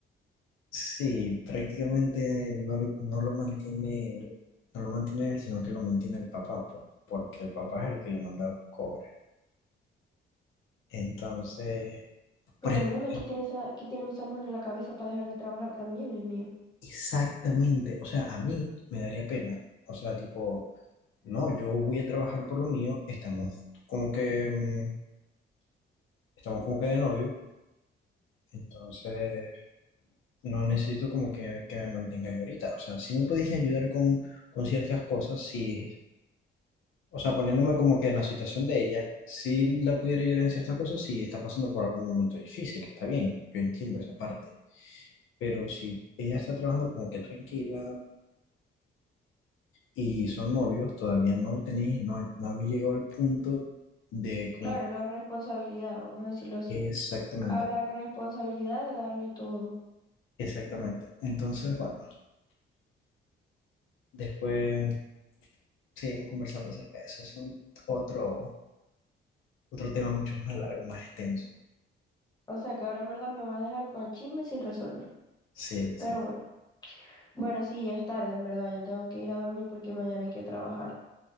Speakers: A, on the left (about 75°); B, on the left (about 20°).
A: sí, prácticamente no, lo- no lo mantiene, él- no lo mantiene él, sino que lo mantiene el papá, por- porque el papá es el que le manda los cobres. Entonces,
B: Pero
A: por ejemplo,
B: mírame, ¿qué tiene esa, qué tiene esa mujer en la cabeza para dejar de trabajar también, Dios mío?
A: exactamente, o sea, a mí me daría pena, o sea, tipo, no, yo voy a trabajar por lo mío, estamos como que, mm, estamos como que de novio, entonces no necesito como que, que me mantenga yo ahorita. O sea, sí me podéis ayudar con, con ciertas cosas, si, o sea, poniéndome como que en la situación de ella, si la pudiera ayudar en ciertas cosas, si está pasando por algún momento difícil, está bien, yo entiendo esa parte. Pero si ella está trabajando como que tranquila y son novios, todavía no tenéis, no, no habéis llegado al punto de como
B: Claro, la responsabilidad, vamos a decirlo así.
A: exactamente,
B: A la responsabilidad de darle todo.
A: exactamente. Entonces, bueno, después seguimos conversando acerca de eso. Es un- otro otro tema mucho más largo, más extenso.
B: O sea que ahora en verdad me va a dejar con el chisme sin resolver.
A: Sí, sí.
B: Pero bueno, bueno, sí, ya es tarde, en verdad. Ya tengo que ir a dormir porque mañana hay que trabajar.